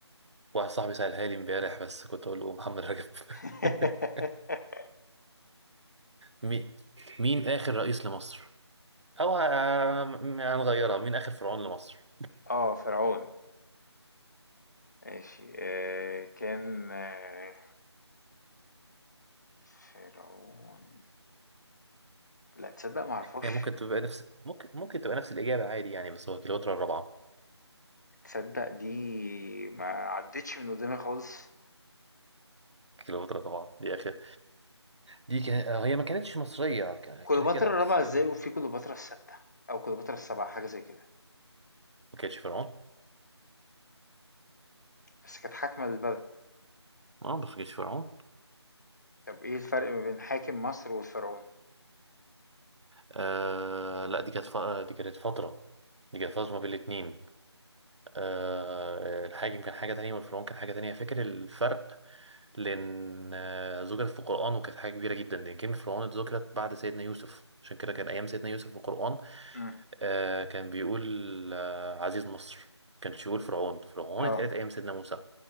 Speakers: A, on the right; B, on the left.
A: واحد صاحبي سألها لي امبارح بس كنت اقول له محمد رجب
B: <laughs>
A: <laughs> مين مين اخر رئيس لمصر او ه- م- هنغيرها مين اخر فرعون لمصر
B: آه، فرعون. ماشي آه كان آه فرعون لا تصدق معرفوش
A: هي ممكن تبقى نفس ممكن ممكن تبقى نفس الاجابه عادي يعني بس هو كليوباترا الرابعه
B: تصدق دي ما عدتش من قدامي خالص
A: كليوباترا طبعا دي اخر دي كان... آه، هي ما كانتش مصريه ك-
B: كليوباترا
A: كده كده
B: الرابعة
A: بس يعني
B: ازاي وفي كليوباترا الستة أو كليوباترا السبعة حاجة زي كده
A: ما كانتش فرعون
B: بس كانت حاكمة للبلد
A: اه بس ما كانتش فرعون
B: طب ايه الفرق ما بين حاكم مصر والفرعون؟
A: آه لا دي كانت ف... دي كانت فتره دي كانت فتره ما بين الاتنين آه، الحاجم كان حاجة تانية والفرعون كان حاجة تانية فاكر الفرق لأن آه، ذكرت في القرآن وكانت حاجة كبيرة جدا لأن كلمة فرعون اتذكرت بعد سيدنا يوسف عشان كده كان أيام سيدنا يوسف في القرآن
B: امم
A: آه، كان بيقول آه، عزيز مصر كانش يقول فرعون فرعون
B: اه
A: اتقالت أيام سيدنا موسى